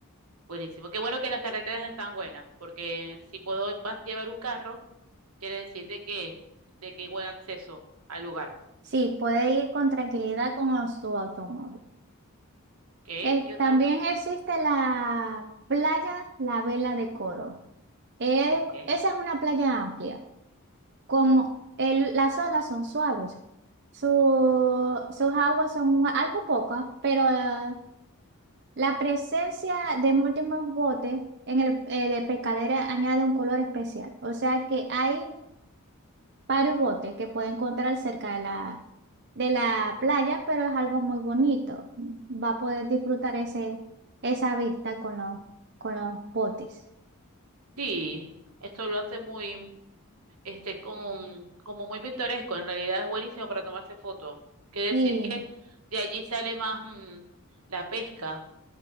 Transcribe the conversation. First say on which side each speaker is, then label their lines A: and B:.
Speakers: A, on the right; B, on the right.
A: Buenísimo. Qué bueno que las carreteras están buenas, porque si puedo pas- llevar un carro, quiere decir de que, de que hay buen acceso al lugar. Ok,
B: Sí, puede ir con tranquilidad con su automóvil.
A: ¿qué
B: Eh,
A: otro?
B: también existe la playa La Vela de Coro. Es-
A: Ok.
B: esa es una playa amplia. Con el, las olas son suaves. Su- sus aguas son algo pocas, pero eh, la presencia de múltiples botes en el, eh, de pescadera añade un color especial. O sea que hay varios botes que puede encontrar cerca de la, de la playa, pero es algo muy bonito. Va a poder disfrutar ese, esa vista con los, con los botes.
A: Sí, esto lo hace muy, este, como, un- como muy pintoresco, en realidad es buenísimo para tomarse fotos. Quiere
B: Sí,
A: decir que de allí sale más mm, la pesca.